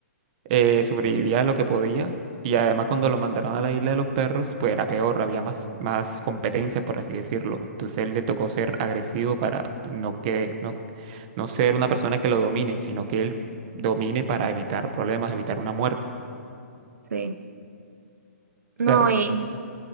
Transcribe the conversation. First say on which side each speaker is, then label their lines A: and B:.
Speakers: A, on the right; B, on the right.
A: eh, sobrevivía lo que podía, y además cuando lo mandaron a la isla de los perros, pues era peor, había más, más competencia, por así decirlo. Entonces él le tocó ser agresivo para no que, no, no ser una persona que lo dominen, sino que él domine para evitar problemas, evitar una muerte.
B: sí. No,
A: Claro,
B: y